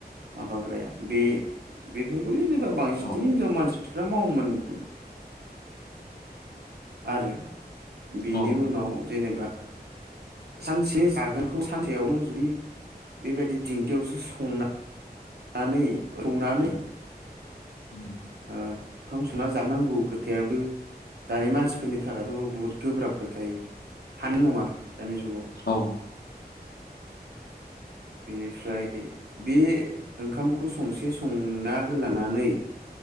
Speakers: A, on the right; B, on the left.
A: माबाग्राया बे बेफोरखौ जेनेबा बांसिन
B: औ
A: हिनजाव मानसिफ्रा मावोमोन आरो बिनि
B: औ
A: उनाव जेनेबा सानसे जागोनखौ सानसेयावनो जुदि बेबायदि दिंखियावसो संनानै रौनानै
B: <unintelligible>
A: ओ ओंखाम संना जानांगौ खोथायाबो दानि मानसिफोरनि थाखायथ' बुहुद गोब्राब खोथायो हानाय नङा दानि जुगाव
B: औ
A: बेनिफ्राय बे बे ओंखामखौ संसे संना होलांनानै